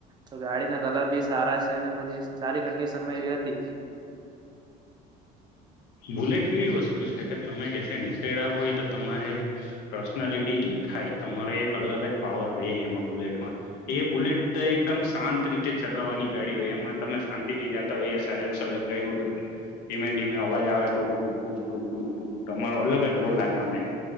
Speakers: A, on the right (about 25°); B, on the left (about 70°).
A: તો ગાડીના કલર બી સારા છે, અને બધી સારી કન્ડિશનમાં એવી હતી.
B: બુલેટ એવી વસ્તુ છે કે, તમે કેથે નીકળ્યા હોય, તો તમારે પર્સનાલિટી દેખાય. થાય, તમારો એક અલગ જ પાવર રહે એમાં. બુલેટમાં, એ બુલેટ એકદમ શાંત રીતે. ચલાવવાની ગાડી હોય, એમાં તમે શાંતિ થી જતા હોય. એ સસર લગાવ્યું હોય, ધીમે ધીમે અવાજ. આવે, ઢૂક-ઢૂક-ઢૂક-ઢૂક-ઢૂકૂક, તમારો અલગ જ રોલા જામે.